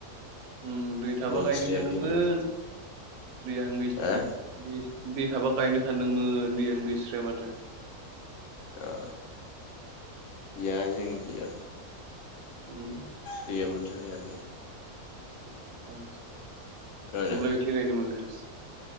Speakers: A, on the right (about 75°); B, on the left (about 65°).
A: उम दै थाबा
B: मोनस्रायाखैनो
A: गायनो सानदोंमोन दैयानो गैसथे
B: हा
A: दै दै थाबा गायनो सानदोंमोन दैयानो गैस्राया माथो।
B: ओ गैया जोंनि खैजाय
A: उम
B: दैया मोनथाखायाखै।
A: ओ
B: खोनादों
A: दब्लायबेसे गायनो मोनखो?